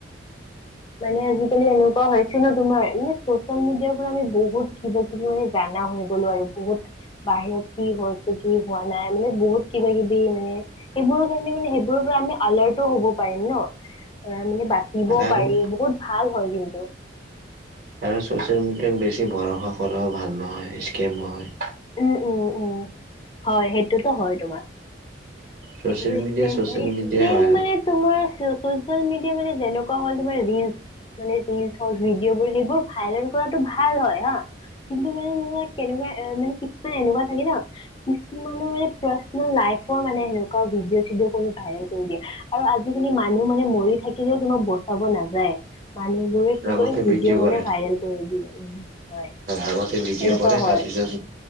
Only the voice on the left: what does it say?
মানে আজিকালি এনেকুৱা হৈছে ন তোমাৰ মানে চচিয়েল মিডিয়াৰ পৰা আমি বহুত কিবা কিব মানে জানা হৈ গ'লো আৰু বহুত বাহিৰত কি হৈছে কি হোৱা নাই মানে বহুত কিবা কিবি মানে সেইবোৰৰ কাৰণে মানে সেইবোৰৰ পৰা আমি আলাৰ্টো হ'ব পাৰিম ন। অ' মানে বাচিব
বহুত ভাল হয় কিন্তু।
উম, উম। উম হয়, সেইটোতো হয় তোমাৰ।
এইটোতো
স্কেম
হয় স্কেম
মানে তোমাৰ চ'চিয়েল মিডিয়া মানে যেনেকুৱা হ'ল তোমাৰ ৰিলচ মানে ৰিলচ ভিডিঅ'বোৰ সেইবোৰ ভাইৰেল কৰাটো ভাল হয় হা। কিন্তু মানে তোমাক কেনেকুৱা এ মানে কি এনেকুৱা থাকে ন। কিছুমানৰ মানে পাৰ্চনেল লাইফৰ মানে সেনেকুৱা ভিডিঅ' চিডিঅ' কৰি ভাইৰেল কৰি দিয়ে। আৰু আজিকালি মানুহ মানে মৰি থাকিলেও তোমাক বচাব নাযায় মানুহবোৰে। কি
কৰি ভিডিঅ' বনাই
ভাইৰেল কৰি দিয়ে উম হয়
এনেকুৱা
হয়।